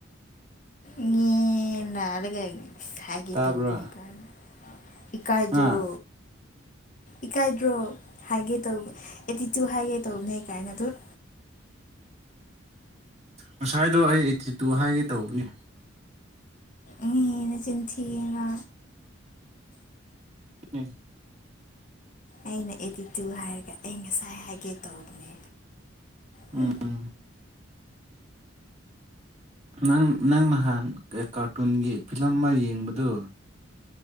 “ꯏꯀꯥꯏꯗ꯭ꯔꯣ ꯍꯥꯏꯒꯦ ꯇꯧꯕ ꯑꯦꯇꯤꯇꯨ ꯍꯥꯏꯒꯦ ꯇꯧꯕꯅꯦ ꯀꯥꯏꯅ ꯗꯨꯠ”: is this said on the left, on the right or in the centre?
Left